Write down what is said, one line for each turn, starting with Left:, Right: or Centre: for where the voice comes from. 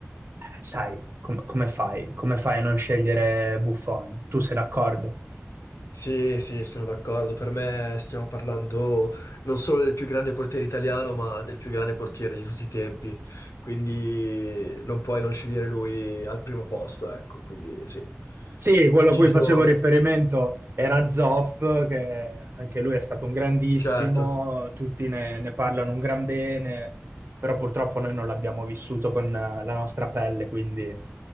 Right: eh, sai, com- come fai? Come fai a non scegliere Buffon? Tu sei d'accordo?
Left: Sì, sì, sono d'accordo. Per me stiamo parlando non solo del più grande portiere italiano, ma del più grande portiere di tutti i tempi. Quindi non puoi non scegliere lui al primo posto, ecco. Quindi sì.
Right: Sì, quello
Left: Gigione,
Right: a cui facevo riferimento era Zoff, che anche lui è stato un grandissimo,
Left: certo.
Right: tutti ne, ne parlano un gran bene, però purtroppo noi non l'abbiamo vissuto con eh, la nostra pelle, quindi